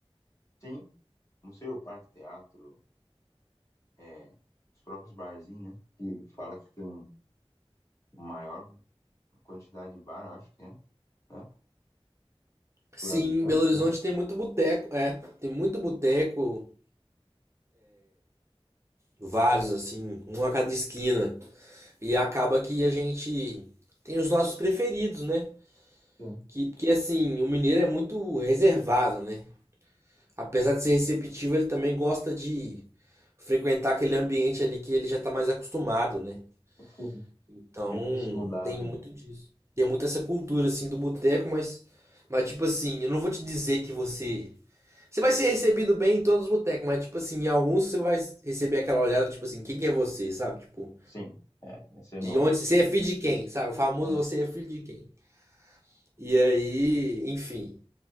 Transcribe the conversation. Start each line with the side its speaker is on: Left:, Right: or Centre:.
Left: Tem museu, parque, teatro, é, os próprios barzinhos, né? Que fala que tem maior quantidade de bar, eu acho que é, né?
Right: Sim,
Left: Por habitante,
Right: em Belo Horizonte
Left: né?
Right: tem muito boteco, é, tem muito boteco, vários assim, um a cada esquina. E acaba que a gente tem os nossos preferidos, né?
Left: Sim,
Right: Que, que assim, o mineiro é muito reservado, né? Apesar de ser receptivo, ele também gosta de frequentar aquele ambiente ali que ele já tá mais acostumado, né?
Left: sim.
Right: Então,
Left: Difícil mudar,
Right: tem
Left: né?
Right: muito disso. Tem muito essa cultura assim do boteco, mas mas tipo assim, eu não vou te dizer que você você vai ser recebido bem em todos os botecos, mas tipo assim, em alguns você vai receber aquela olhada tipo assim, quem que é você, sabe? Tipo,
Left: Sim, é, esse é novo.
Right: de onde você é filho de quem, sabe? O famoso
Left: É,
Right: você é filho de quem. E aí, enfim,